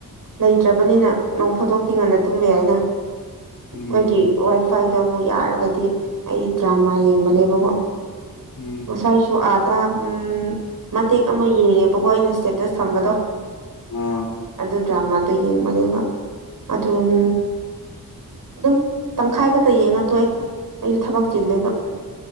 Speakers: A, on the right; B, on the left.
A: ꯂꯩꯇ꯭ꯔꯕꯅꯤꯅ ꯅꯣꯡ ꯐꯥꯗꯣꯛꯇꯤ ꯉꯟꯅ ꯇꯨꯝꯕ ꯌꯥꯏꯅ
B: ꯎꯝ
A: ꯃꯣꯏꯒꯤ ꯋꯥꯏꯐꯥꯏ ꯗꯣ ꯃꯨꯛ ꯌꯥꯔꯒꯗꯤ ꯑꯩ ꯗ꯭ꯔꯃꯥ ꯌꯦꯡꯕꯅꯦꯕꯀꯣ
B: ꯎꯝ
A: ꯉꯁꯥꯏꯁꯨ ꯑꯥ ꯇꯥꯝ ꯎꯝ ꯃꯇꯦꯛ ꯑꯃ ꯌꯦꯡꯉꯦꯕꯀꯣ ꯑꯩꯅ ꯁ꯭ꯇꯦꯇꯁ ꯊꯝꯕꯗꯣ
B: ꯑꯥ
A: ꯑꯗꯨ ꯗ꯭ꯔꯃꯥꯗꯣ ꯌꯦꯡꯕꯅꯦꯕ ꯑꯗꯨꯟ ꯑꯗꯨꯝ ꯇꯪꯈꯥꯏ ꯈꯛꯇ ꯌꯦꯡꯉ ꯇꯣꯛꯑꯦ ꯑꯩꯁꯨ ꯊꯕꯛ ꯆꯤꯜꯂꯦꯕ